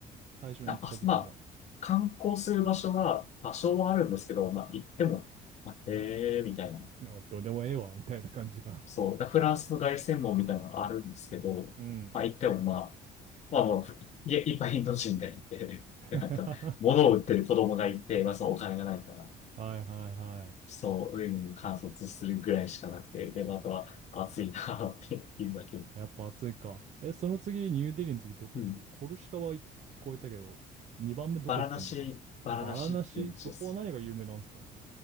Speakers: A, on the right; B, on the left.
A: 最初に行った時も。
B: なんか、まあ、観光する場所は多少はあるんですけど、まあ、行っても、まあ、へえ、みたいな。
A: なんかどうでもええわ、みたいな感じが。
B: そう、
A: <laughs>
B: だフランスの凱旋門みたいなのがあるんですけど、
A: うん。
B: まあ、行ってもまあ、まあもう、いいっぱいインド人がいて、
A: <laughs> は
B: でなんか、物を売ってる子供がいて、まあ、そのお金がないから、
A: いはいはい。
B: そう、上に観察するぐらいしかなくて、で、まああとは暑いなっていうだけ。
A: やっぱ暑いか。え、その次、ニューデリーの次どこって、
B: うん。
A: コルシカはい聞こえたけど、2番目どこ行ったんでしたっけバラナシそこは何が有名なんですか
B: バラナシ、バラナシっていうんですよ。